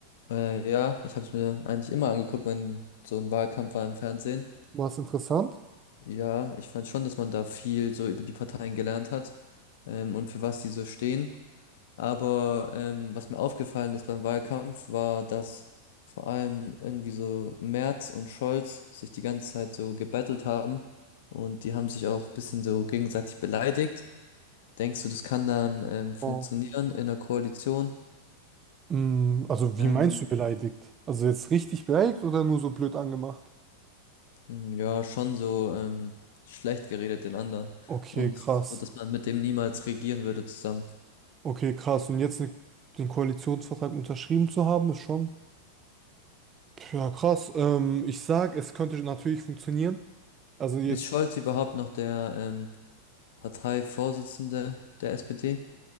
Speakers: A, on the left; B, on the right.
A: Äh, ja, ich habe es mir eigentlich immer angeguckt, wenn so ein Wahlkampf war im Fernsehen.
B: War es interessant?
A: Ja, ich fand schon, dass man da viel so über die Parteien gelernt hat ähm, und für was die so stehen. Aber ähm, was mir aufgefallen ist beim Wahlkampf, war, dass vor allem irgendwie so Merz und Scholz sich die ganze Zeit so gebettelt haben und die haben sich auch ein bisschen so gegenseitig beleidigt. Denkst du, das kann dann ähm, funktionieren
B: Oh.
A: in der Koalition?
B: Mm, Also wie
A: Ähm,
B: meinst du beleidigt? Also jetzt richtig beleidigt oder nur so blöd angemacht?
A: mh, ja, schon so ähm, schlecht geredet den anderen
B: Okay,
A: und
B: krass.
A: so, dass man mit dem niemals regieren würde zusammen.
B: Okay, krass. Und jetzt ne, den Koalitionsvertrag unterschrieben zu haben, ist schon. Ja, krass. Ähm, ich sag, es könnte natürlich funktionieren. Also jetzt,
A: Ist Scholz überhaupt noch der ähm, Parteivorsitzende der SPD?